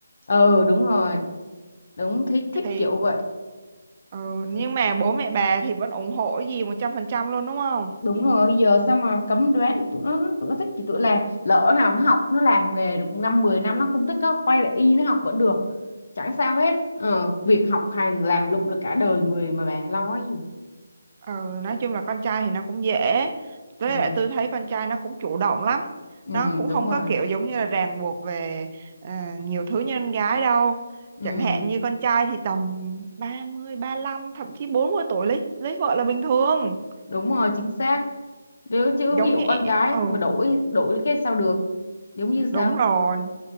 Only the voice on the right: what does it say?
thì
ừ, nhưng mà bố mẹ bà thì vẫn ủng hộ cái gì một trăm phần trăm luôn đúng không
Ừ, nói chung là con trai thì nó cũng dễ với
lại tôi thấy con trai nó cũng chủ động lắm
nó cũng
không
có kiểu giống như là ràng buộc về ờ, nhiều thứ như con gái đâu
chẳng hạn như con trai thì tầm 30, lăm thậm chí 40 tuổi lấy lấy vợ là bình thường
giống
như
ừ
đúng
rồi